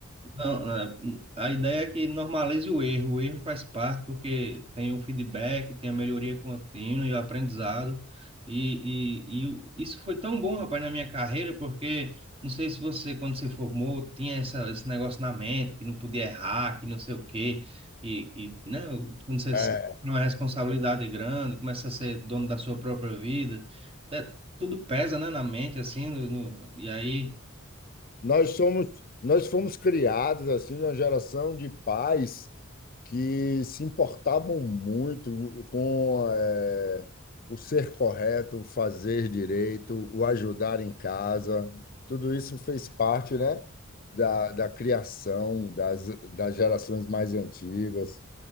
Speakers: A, on the right; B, on the left.
A: não, né, a ideia é que normalize o erro. O erro faz parte porque tem o feedback, tem a melhoria contínua e o aprendizado. E, e, e isso foi tão bom, rapaz, na minha carreira, porque não sei se você, quando se formou, tinha essa, esse negócio na mente, que não podia errar, que não sei o quê, que, que né, quando você
B: é,
A: sabe que é uma responsabilidade grande, começa a ser dono da sua própria vida, é, tudo pesa, né, na mente, assim, no, no- e aí,
B: Nós somos, nós fomos criados assim numa geração de pais que se importavam muito com eh, o ser correto, o fazer direito, o ajudar em casa. Tudo isso fez parte, né, da, da criação das, das gerações mais antigas.